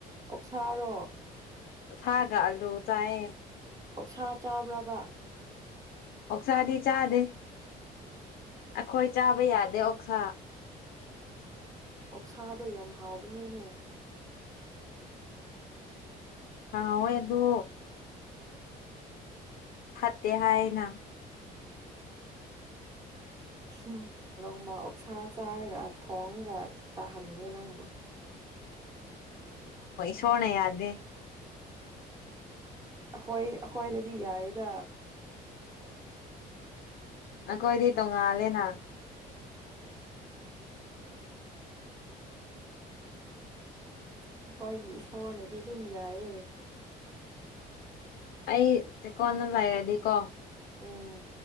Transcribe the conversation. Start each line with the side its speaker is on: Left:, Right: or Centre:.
Right: ꯑꯣꯛꯁꯥꯔꯣ
Left: ꯁꯥꯒꯜꯂꯨ ꯆꯌꯦ
Right: ꯑꯣꯛꯁꯥ ꯆꯥꯕ꯭ꯔꯕ
Left: ꯑꯣꯛꯁꯥꯗꯤ ꯆꯥꯗꯦ ꯑꯩꯈꯣꯏ ꯆꯥꯕ ꯌꯥꯗꯦ ꯑꯣꯛꯁꯥ
Right: ꯑꯣꯛꯁꯥꯗꯣ ꯌꯥꯝ ꯍꯥꯎꯕꯅꯦꯅꯦ
Left: ꯑꯥꯎꯦ ꯑꯗꯨ ꯐꯥꯇꯦ ꯍꯥꯏ ꯍꯥꯏꯅ
Right: ꯎ ꯅꯣꯡꯃ ꯑꯣꯛꯁꯥ ꯆꯥꯔꯒ ꯊꯣꯡꯉꯒ ꯆꯥꯍꯟꯒꯦ ꯅꯪꯕꯨ
Left: ꯁꯣꯅ ꯌꯥꯗꯦ
Right: ꯑꯩꯈꯣꯏ ꯑꯩꯈꯣꯏꯗꯗꯤ ꯌꯥꯏꯌꯦꯗ
Left: ꯅꯈꯣꯏꯗꯤ ꯇꯣꯡꯉꯥꯜꯂꯦꯅ
Right: ꯑꯩꯈꯣꯏꯒꯤ ꯏꯁꯣꯔꯅꯗꯤ ꯑꯗꯨꯝ ꯌꯥꯏꯌꯦ
Left: ꯑꯩ ꯆꯀꯣꯟꯅ ꯂꯩꯔꯗꯤꯀꯣ
Right: ꯑꯥ